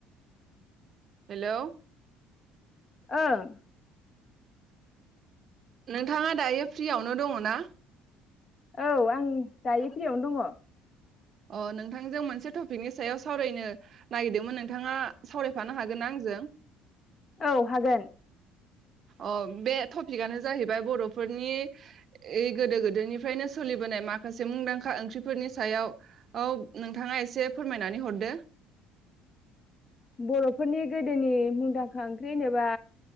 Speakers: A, on the left; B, on the right.
A: <unintelligible>
B: हेल'
A: ओं
B: नोंथाङा दायो फ्रियावनो दङ ना
A: औ आं दायो फ्रियावनो दङ
B: अ नोंथांजों मोनसे टपिकनि सायाव सावरायनो नागिरदोंमोन नोंथाङा सावरायफानो हागोनना आंजों
A: औ हागोन
B: अ बे टपिकआनो जाहैबाय बर'फोरनि गोदो गोदोनिफ्रायनो सोलिबोनाय माखासे मुंदांखा ओंख्रिफोरनि सायाव औ नोंथाङा एसे फोरमायनानै हरदो
A: बर'फोरनि गोदोनि मुंदांखा ओंख्रि होनोबा